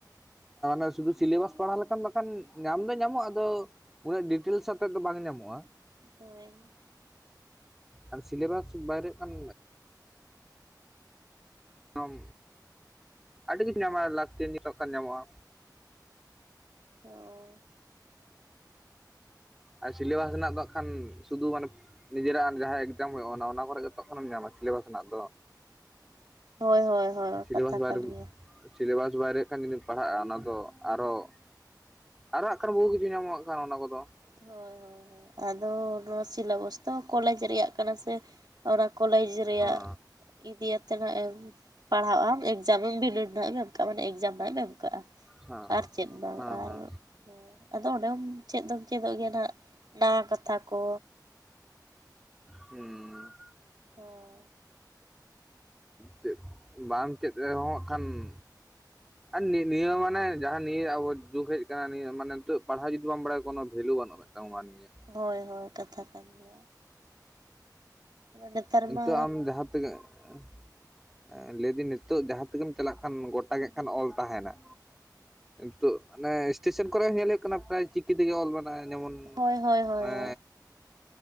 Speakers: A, in the centre; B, on the right.
A: ᱟ ᱥᱩᱫᱷᱩ ᱥᱤᱞᱮᱵᱟᱥ ᱯᱟᱲᱦᱟᱣ ᱞᱮᱠᱷᱟᱱ ᱵᱟᱠᱷᱟᱱ ᱧᱟᱢ ᱫᱚ ᱧᱟᱢᱚᱜᱼᱟ ᱟᱫᱚ ᱼᱼ ᱩᱱᱟᱹᱜ ᱰᱤᱴᱮᱞᱥ ᱟᱛᱮᱫ ᱫᱚ ᱵᱟᱝ ᱧᱟᱢᱚᱜᱼᱟ।
B: ᱦᱳᱭ
A: ᱟᱨ ᱥᱤᱞᱮᱵᱟᱥ ᱵᱟᱭᱨᱮ ᱠᱟᱱ ᱟᱢ ᱟᱹᱰᱤ ᱠᱤᱪᱷ ᱧᱟᱢᱚᱜᱟ ᱞᱟᱹᱠᱛᱤ ᱱᱤᱛᱚᱜ ᱠᱟᱱ ᱧᱟᱢᱚᱜᱼᱟ।
B: ᱚ
A: ᱟᱨ ᱥᱤᱞᱮᱵᱟᱥ ᱢᱮᱱᱟᱜ ᱫᱚ ᱥᱩᱫᱷᱩ ᱜᱟᱱᱮ ᱼᱼ ᱱᱤᱡᱮᱨᱟᱜ ᱡᱟᱦᱟᱸ ᱮᱠᱡᱟᱢ ᱦᱩᱭᱩᱜᱼᱟ ᱚᱱᱟ ᱚᱱᱟ ᱠᱚᱨᱮ ᱜᱮ ᱡᱚᱛᱚᱜ ᱠᱷᱚᱱᱮᱢ ᱧᱟᱢᱟ ᱥᱤᱞᱮᱵᱟᱥ ᱨᱮᱱᱟᱜ ᱫᱚ
B: <inaudible> <inaudible> ᱦᱳᱭ ᱦᱳᱭ
A: ᱥᱤᱞᱮᱵᱟᱥ
B: ᱠᱟᱛᱷᱟ
A: ᱵᱟᱭ
B: ᱠᱟᱱ
A: ᱨᱮ
B: ᱜᱮᱭᱟ
A: ᱥᱤᱞᱮᱵᱟᱥ ᱵᱟᱭ ᱨᱮ ᱠᱷᱟᱱ ᱡᱩᱫᱤᱢ ᱯᱟᱲᱦᱟᱜᱼᱟ ᱚᱱᱟ ᱫᱚ ᱟᱨᱚ ᱼᱼ ᱟᱨᱚ ᱦᱟᱸᱜ ᱠᱷᱟᱱ ᱵᱟᱹᱦᱩ ᱠᱤᱪᱷᱩ ᱧᱟᱢᱚᱜ ᱠᱟᱱ ᱚᱱᱟ ᱠᱚᱫᱚ
B: ᱦᱳᱭ ᱦᱳᱭ ᱦᱳᱭ ᱟᱫᱚ ᱱᱚᱣᱟ ᱥᱤᱞᱟᱵᱚᱥ ᱼᱼ ᱛᱚ ᱠᱚᱞᱮᱡᱽ ᱨᱮᱭᱟᱜ ᱠᱟᱱᱟ ᱥᱮ᱾ ᱚᱱᱟ ᱠᱚᱞᱮᱡᱽ ᱨᱮᱭᱟᱜ
A: ᱦᱮᱸ
B: ᱼᱼ ᱤᱫᱤᱭᱟᱛᱮᱫ ᱦᱟᱸᱜ ᱮᱢ ᱯᱟᱲᱦᱟᱜᱼᱟᱢ ᱮᱫᱤ ᱭᱟᱛᱮ ᱢᱟᱱᱮ ᱯᱟᱲᱦᱟ ᱮᱠᱡᱟᱢᱮᱢ ᱵᱤᱱᱤᱰ ᱟᱜ ᱮᱢᱠᱟᱜᱼᱟ ᱢᱟᱱᱮ ᱮᱠᱡᱟᱢ ᱦᱟᱸᱜ ᱮᱢ ᱮᱢᱠᱟᱜᱼᱟ।
A: ᱦᱮᱸ
B: ᱟᱨ ᱪᱮᱫ ᱵᱟᱝ
A: ᱦᱮᱸ
B: ᱟᱨ
A: ᱦᱮᱸ
B: ᱟᱫᱚ ᱚᱸᱰᱮ ᱦᱚᱸᱢ ᱪᱮᱫ ᱫᱚ ᱼᱼ ᱪᱮᱫᱚᱜ ᱜᱮᱭᱟ ᱱᱷᱟᱜ ᱱᱟᱣᱟ ᱠᱟᱛᱷᱟ ᱠᱚ
A: ᱦᱩᱸ
B: ᱦᱳᱭ
A: ᱪᱮᱫ ᱵᱟᱢ ᱪᱮᱫ ᱨᱮᱦᱚᱸᱜ ᱠᱷᱟᱱ ᱼᱼ ᱟᱨ ᱱᱤ ᱱᱤᱭᱟᱹ ᱢᱟᱱᱮ ᱡᱟᱦᱟᱸ ᱱᱤᱭᱟᱹ ᱟᱨ ᱱᱤᱭᱟ ᱢᱟᱱᱮ ᱡᱟᱦᱟ ᱱᱤᱭᱟ ᱟᱵᱚ ᱡᱩᱜᱽ ᱦᱮᱡ ᱟᱠᱟᱱᱟ ᱱᱤᱭᱟᱹ ᱢᱟᱱᱮ ᱱᱤᱛᱚᱜ ᱯᱟᱲᱦᱟᱣ ᱡᱩᱫᱤ ᱵᱟᱢ ᱵᱟᱲᱟᱭᱟ ᱠᱳᱱᱳ ᱵᱷᱮᱞᱩ ᱵᱟᱹᱱᱩᱜ ᱼᱟ। <inaudible>
B: ᱦᱳᱭ ᱦᱳᱭ ᱠᱟᱛᱷᱟ ᱠᱟᱱ ᱜᱮ। ᱱᱮᱛᱟᱨ
A: ᱠᱤᱱᱛᱩ
B: ᱢᱟ
A: ᱟᱢ ᱡᱟᱦᱟᱸ ᱛᱤᱱᱟᱹᱜ ᱼᱼ ᱮᱸ ᱞᱟᱹᱭᱫᱟᱹᱧ ᱱᱤᱛᱚᱜ ᱡᱟᱦᱟᱸ ᱛᱮᱜᱮᱢ ᱪᱟᱞᱟᱜ ᱠᱷᱟᱱ ᱜᱚᱴᱟᱜᱮ ᱠᱷᱟᱱ ᱚᱞ ᱛᱟᱦᱮᱱᱟ। ᱱᱤᱛᱚᱜ ᱚᱱᱮ ᱮᱥᱴᱮᱥᱚᱱ ᱠᱚᱨᱮ ᱦᱚᱸ ᱧᱮᱞ ᱦᱩᱭᱩᱜ ᱠᱟᱱᱟ ᱯᱨᱟᱭ ᱪᱤᱠᱤ ᱛᱮᱜᱮ ᱚᱞ ᱢᱮᱱᱟᱜᱼᱟ ᱡᱮᱢᱚᱱ
B: ᱦᱳᱭ ᱦᱳᱭ ᱦᱳᱭ
A: ᱦᱩᱸ ᱚᱱᱮ
B: ᱦᱳᱭ